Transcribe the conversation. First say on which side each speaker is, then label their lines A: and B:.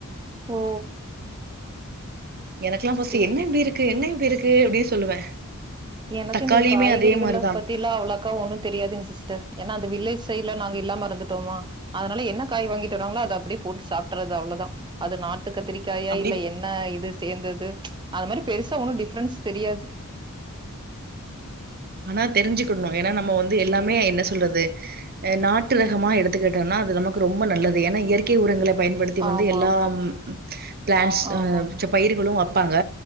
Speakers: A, on the right (about 20°); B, on the right (about 45°).
A: ஓ
B: எனக்குலா ஃபஸ்டு
A: சேரி
B: என்ன இப்டி இருக்கு என்ன இப்டி இருக் கு அப்டி சொல்லுவே
A: எனக்கு
B: தக்காளியுமே
A: இந்த காய்கறிகள
B: அதே மாரிதா
A: பத்திலா அவ்ளாக்கா ஒன்னு தெரியாதுங்க சிஸ் டர் ஏன்னா அந்த வில்லேஜ் சைட்ல நாங்க இல்லாமருந்து டோமா அதனால என்ன காய் வாங்கிட்டு வராங்களோ அத அப்டியே போட்டு சாப்ட்றது அவ்ளதா அது நா ட்டு கத்திரிக்காயா
B: அப்டி
A: இல்ல என்ன இது ஸ் தேந்தது அந்த மாரி பெருசா ஒன்னு டிஃப்ரெண்ஸ் தெரியாது
B: ஆனா தெரிஞ்சுக்கிட்ணு ஏனா நம் மோ வந்து எல்லாமே என்ன சொல்றது அ நாட்டு ரகமா எடுத்துக்கிட்டம்னா அது நமக்கு ரொம்ப நல்லது எனா இயற்கை உரங்கள பயன்படுத்தி வந்து
A: ஆமா
B: எல்லா
A: ஆமா
B: ம் ப் ப்ளான்ஸ் அ
A: ஆமா ஆமா
B: ச்ச பயிர்களு அ பாங்க